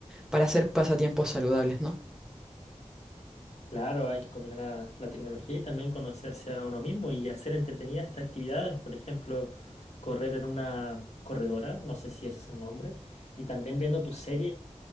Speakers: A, in the centre; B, on the left.
A: para hacer pasatiempos saludables, ¿no?
B: Claro, hay que combinar la, la tecnología y también conocerse a uno mismo y hacer entretenidas estas actividades, por ejemplo, correr en una corredora, no sé si ese es el nombre, y también viendo tu serie,